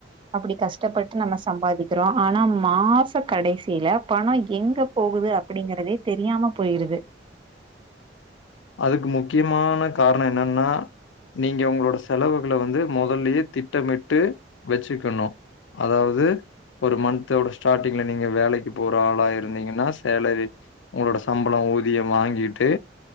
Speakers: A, on the right; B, on the left.
A: அப்படி கஷ்டப்பட்டு நம்மஸ் சம்பாதிக்கிறோ ஆனா மாச கடைசியில பணோ எங்க போகுது அப்படிங்கறதே தெரியாம போயிருது
B: அதுக்கு முக்கியமான காரணோ என்னன்னா நீங்க உங்களோட செலவுகள வந்து மொதல்லயே திட்டமிட்டு வச்சுக்கணு. அதாவது ஒரு மந்த்தோட ஸ்டார்டிங்ல நீங்க வேலைக்கு போற ஆளா இருந்தீங்கன்னா சேலரி உங்களோட சம்பளோ ஊதியம் வாங்கிட்டு.